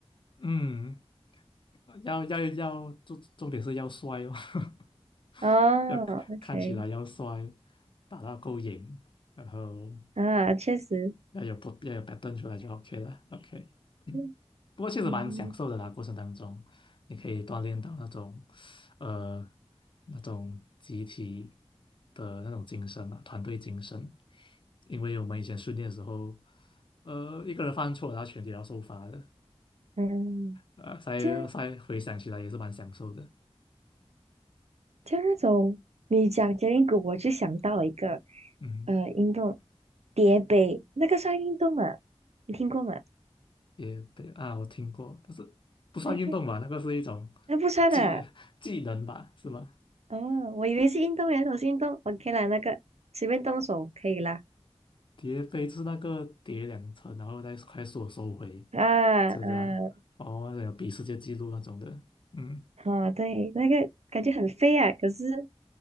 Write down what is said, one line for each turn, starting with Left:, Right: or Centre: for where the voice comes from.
Left: <laughs> 嗯，要要要，重重点是要帅哦，<laughs>
Right: <laughs> 哦，OK，
Left: 要看起来要帅，打到够瘾，然后
Right: 啊，确实，
Left: 要有不要有 pattern 出来就 OK 了。OK，
Right: <laughs>
Left: 不过确实蛮享受的啦，
Right: 嗯
Left: 过程当中你可以锻炼到那种，呃，那种集体的那种精神啊，团队精神。因为我们以前训练的时候，呃，一个人犯错，然后全体要受罚的，
Right: 嗯。
Left: 呃，所在现在回想起来也是蛮享受的。
Right: 这。就那种你讲杰林谷，我就想到了一个
Left: 嗯，
Right: 呃运动，叠杯，那个算运动吗？你听过吗？
Left: 也对啊，我听过，但是不算运动吧，
Right: 那个
Left: 那个是一种
Right: 那不算啊，
Left: 技技能吧，是吗？
Right: 哦，我以为是运动员，我是运动，OK 啦，那个随便动手可以啦。
Left: 叠杯就是那个叠两层，然后再快速地收回，
Right: 啊，
Left: 真的啊，
Right: 嗯、
Left: 哦，还有比世界纪录那种的，嗯
Right: 啊，哦，对，那个感觉很飞啊，可是